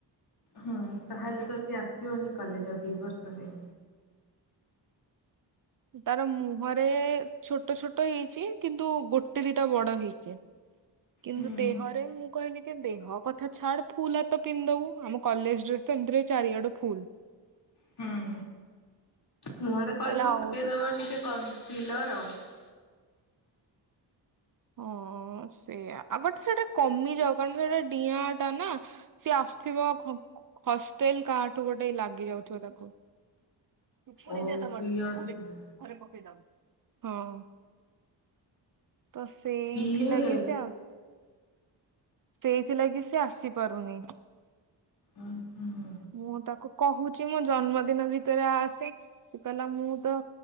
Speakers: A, on the left (about 55°); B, on the right (about 45°).
A: ହୁଁ ତାହଲେ ତ ସେ ଆସିବନି କଲେଜ ଆଉ ଦି ବର୍ଷ ଯାଏ।
B: ତାର ମୁହଁରେ ଛୋଟ ଛୋଟ ହେଇଛି କିନ୍ତୁ ଗୋଟେ ଦିଟା ବଡ ହେଇଛି। କିନ୍ତୁ
A: ହୁଁ
B: ଦେହରେ ମୁଁ କହିଲି ଦେହ କଥା ଛାଡ ଫୁଲ ହାତ ପିନ୍ଧଦବୁ ଆମ କଲେଜ ଡ୍ରେସ ତ ଏମିତିରେ ଚାରିଆଡୁ ଫୁଲ।
A: ହୁଁ। ମୁହଁରେ କହିବୁ
B: କହିଲା ହଉ
A: ଲଗେଇଦବା ଟିକେ କମ ବିଲର <unintelligible>
B: ହଁ ସେଇଆ ଆଗଟ ସେଟା କମିଯାଉ କାରଣ ସେଟା ଡିଆଁ ଟା ନା ସିଏ ଆସୁଥିବ ହଷ୍ଟେଲ କାହାଠୁ ଗୋଟେ ଲାଗି ଯାଉଥିବ ତାକୁ। ଚୁପୁଡି
A: ଓବିଅସଲି
B: ଦେ ତମଠେ ଭଲକି ଘରେ ପକେଇ ଦବୁ। ହଁ। ତ ସେଇଥିଲାଗି
A: କିଏ
B: ସେ ଆସ ସେଇଥିଲାଗି ସେ ଆସିପାରୁନି।
A: ଉଁ ହୁଁ।
B: ମୁଁ ତାକୁ କହୁଛି ମୋ ଜନ୍ମଦିନ ଦିନ ଭିତରେ ଆସେ। ସେ କହିଲା ମୁଁ ତ